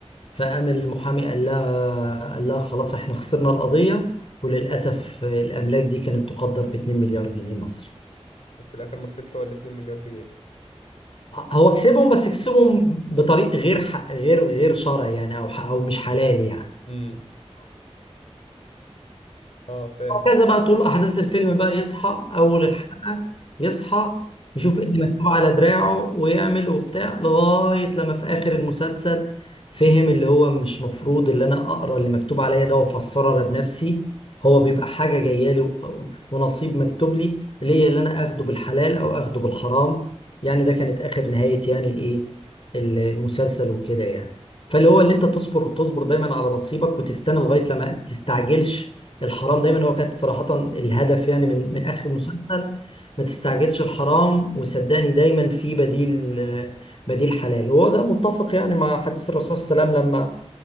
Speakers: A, on the left (about 55°); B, on the left (about 70°).
A: فقام المحامي قال لها قال لها خلاص احنا خسرنا القضية وللأسف الأملاك دي كانت تقدر ب 2 مليار جنيه مصري
B: وفي الاخر ما كسبش هو ال 2 مليار جنيه
A: هو كسبهم بس كسبهم بطريق غير ح... غير غير شرعي يعني أو ح... أو مش حلال يعني
B: امم اه فاهم
A: وهكذا بقى طول احداث الفيلم بقى يصحى اول الحلقه يصحى يشوف إيه اللي مكتوب على دراعه ويعمل وبتاع لغايه لما في اخر المسلسل فهم اللي هو مش مفروض اللي انا اقرا اللي مكتوب عليا ده وافسره انا بنفسي هو بيبقى حاجه جايه لي و- ونصيب مكتوب لي ليا اللي انا اخده بالحلال او اخده بالحرام يعني
B: امم
A: ده كانت اخر نهايه يعني الايه ال- المسلسل وكده يعني فاللي
B: طب
A: هو اللي انت تصبر تصبر دايما على نصيبك وتستنى لغايه لما تستعجلش الحرام
B: امم
A: دايما هو كانت صراحة الهدف يعني من من آخر المسلسل ما تستعجلش الحرام وصدقني دايما في بديل بديل حلال هو ده متفق يعني مع حديث الرسول صلى الله عليه وسلم لما